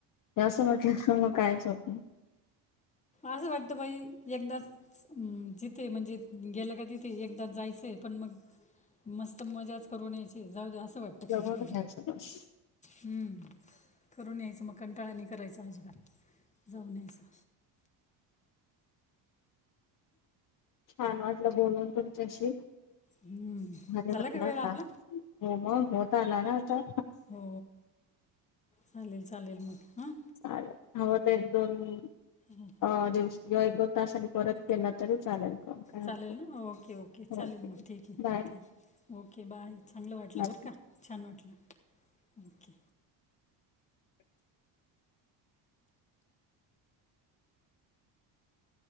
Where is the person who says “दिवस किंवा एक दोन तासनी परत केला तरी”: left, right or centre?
Left